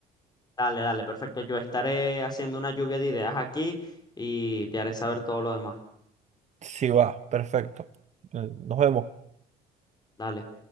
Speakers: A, on the left; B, on the right.
A: Dale, dale, perfecto. Yo estaré haciendo una lluvia de ideas aquí y te haré saber todo lo demás.
B: Sí, va, perfecto. Eh, Nos vemos.
A: Dale.